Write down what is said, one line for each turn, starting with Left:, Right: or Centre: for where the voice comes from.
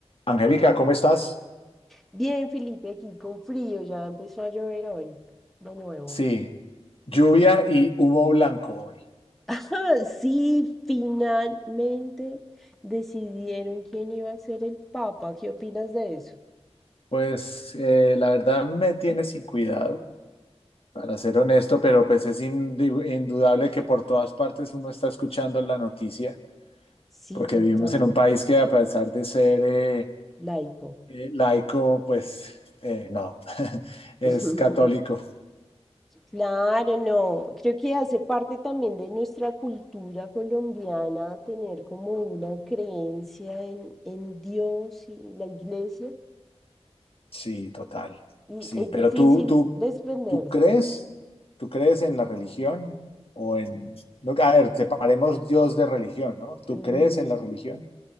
Left: Angélica, ¿cómo estás?
Centre: Bien, Felipe, aquí con frío, ya empezó a llover hoy, de nuevo.
Left: Sí, lluvia y humo blanco hoy.
Centre: <laughs> Ajá, Sí, finalmente decidieron quién iba a ser el Papa. ¿Qué opinas de eso?
Left: Pues eh, la verdad me tiene sin cuidado, para ser honesto, pero pues es indu- indudable que por todas partes uno está escuchando la noticia,
Centre: Sí,
Left: porque
Centre: total,
Left: vivimos en un país que a pesar de ser eh,
Centre: laico.
Left: eh, laico, pues eh, no, <laughs>
Centre: <laughs>
Left: es católico.
Centre: Claro, no. Creo que hace parte también de nuestra cultura colombiana tener como una creencia en, en Dios y la iglesia.
Left: Sí, total.
Centre: y
Left: Sí,
Centre: es
Left: pero
Centre: difícil
Left: tú, tú,
Centre: desprenderse.
Left: tú crees, tú crees en la religión o en... no, A ver, separemos Dios de religión, ¿no? ¿Tú
Centre: Ujú.
Left: crees en la religión?